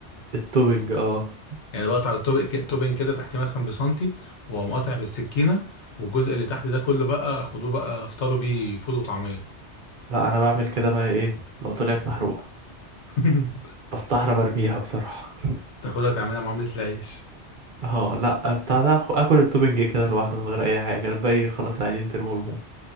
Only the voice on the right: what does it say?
التوبنج اه
لا انا بعمل كده بقى ايه لو طلعت محروقة
بستحرم ارميها بصراحة
اه لا بتاع ده آخ- اكل التوبنج كده لوحده من غير اي حاجة الباقي خلاص عايزين ترموه ارموه